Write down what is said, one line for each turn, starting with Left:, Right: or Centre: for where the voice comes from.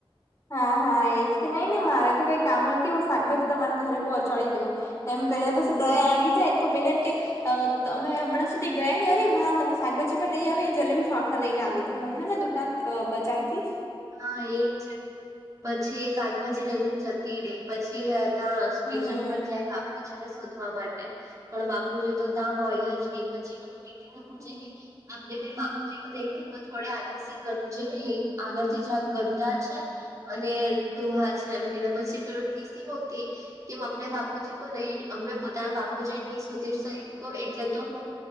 Left: હા હા એજ કે નઈ નઈ ને મારે તો કઈ કામ નથી હું શાકભાજી તમારે ઘરે પહોંચાડી દઉં એમ કરીને પછી દયા આવી જાય તો પેલે એમ કે અ તમે હમણાં સુધી ગયા ને અરે વા તમે શાકભાજી પણ લઈ આવી જલેબી ફાફડા લઈને આવેલી હોય હને દુકાન અ બજારથી
Right: હા એજ પછી એ શાકભાજી લઈને જતી રહી પછી. ત સ્ટેશન
Left: હમ
Right: પર જાય બાપ. બાપુજીને શોધવા માટે પણ બાપુજી તો તા હોય જ નહી પછી. પેલું ટીટી ને પૂછે
Left: હમ
Right: કે ન‌ઇ. આપને મેરે બાપુજી કો દેખે વો થોડે આગે સે ગંજે હે આગળ. તે જાલ ગંંદા છે અને ડોહા છે એમ કે પછી પેલો ટીસી હો કે. કેમ અને બાપુજી કો નહી અમે પોતાના બાપુજી નહી શોધી શૈકો એટલે તો હું.